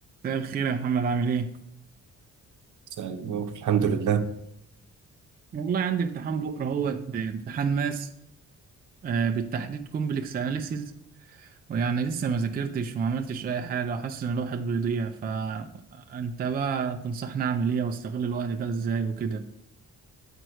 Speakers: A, on the right (about 30°); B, on the right (about 65°).
A: مساء الخير يا محمد عامل ايه؟
B: مساء النور الحمد لله
A: والله عندي امتحان بكره اهوت امتحان ماس آه، بالتحديد كومبلكس اناليسيز ويعني لسه ما ذاكرتش وما عملتش اي حاجه وحاسس ان الواحد بيضيع فانت بقى تنصحني اعمل ايه واستغل الوقت ده ازاي وكده